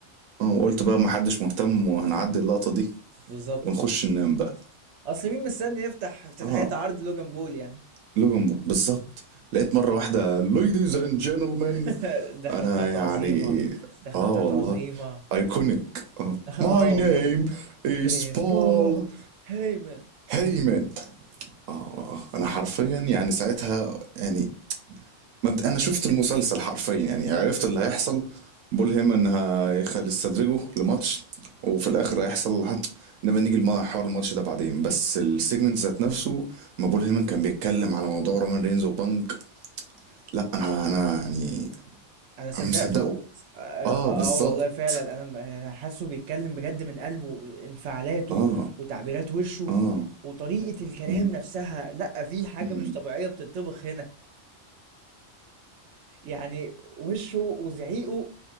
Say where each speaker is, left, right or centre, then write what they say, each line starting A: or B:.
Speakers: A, on the right (about 85°); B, on the right (about 65°).
A: اه وقلت بقى محدش مهتم وهنعدي اللقطة دي
B: بالظبط
A: ونخش ننام بقى
B: اصل مين مستني يفتح افتتاحيه
A: اه
B: عرض لوجان بول يعني
A: لوجن بول بالظبط لقيت مرة واحدة ladies and gentlemen
B: <laughs> الدخلة
A: انا
B: بتاعته
A: يعني
B: عظيمة الدخلة
A: اه
B: بتاعته
A: والله
B: عظيمة
A: ايكونيك اه
B: <laughs> اه
A: my
B: والله
A: name is
B: اسبون
A: Paul
B: هيمن
A: Heyman اه انا حرفيا يعني ساعتها يعني مبد... انا شفت المسلسل حرفيا يعني عرفت اللي هيحصل بول هيمن هيخل يستدرجه لماتش وفي الاخر هيحصل نبقى نيجي لموضوع حوار الماتش ده بعدين بس السيجمنت ذات نفسه ما بول هيمن كان بيتكلم على موضوع رومان رينز وبانك لا انا انا يعني
B: انا صدقته
A: انا مصدقه
B: اه
A: اه
B: آه
A: بالظبط
B: آه، والله فعلا انا انا حاسه بيتكلم بجد من قلبه انفعالاته
A: اه
B: وتعبيرات وشه
A: اه
B: وطريقة الكلام
A: مم.
B: نفسها لا في حاجة
A: مم.
B: مش طبيعية بتطبخ هنا يعني وشه وزعيقه